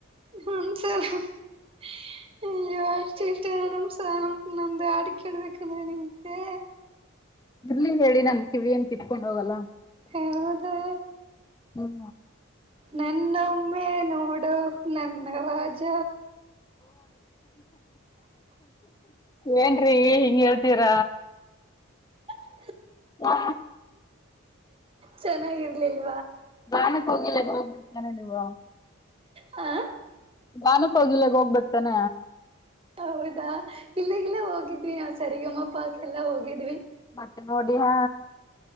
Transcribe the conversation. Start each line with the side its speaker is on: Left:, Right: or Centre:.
Right: ಹಸರ್ಯ್ಯೋ ಅಷ್ಟು ಇಷ್ಟ ನಮಸ ನಮ ನಮ್ದು ಆಡ್ ಕಳ್ಬೇಕಂದ್ರೆ ನಿಮಗೆ
Left: ಇರ್ಲಿ ಹೇಳಿ ನಮ ಕಿವಿ ಂತ ಕಕೊಂಡೋಗಲ್ಲ
Right: ಹೌದಾ
Left: ಹ್ಮ
Right: ನನ್ನೊಮ್ಮೆ ನೋಡುೋ ನನ್ನ ರಾಜ
Left: ಏನ್ೀ ಹಿಂಗ ಹೇಳ್ ಸರ
Right: ಹ
Left: ಹಾ
Right: ಚೆನ್ನಾಗಿರ್ಲಿಲ್ಲ
Left: ಬಾನಕ್ ಹೋಗಿಲ್ಲ ಹೋಗಬ ನ ನೀವಾ
Right: ಹಾ
Left: ನಾನಕ್ ಹೋಗಿಿಲ್ಲಗ್ ಹೋಗ್ಬರ್ತಾನ
Right: ಹೌದಾ ಇಲ್ಲಗೆಲ್ಲ ಹೋಗಿದ್ವಿ ನಾವವು ಸರಿಗಮ್ಮ ಪಾಕ್ಕೆಲ್ಲ ಹೋಗಿದ್ವಿ
Left: ಮತ್ತೆ ನೋಡಿ ಹಾ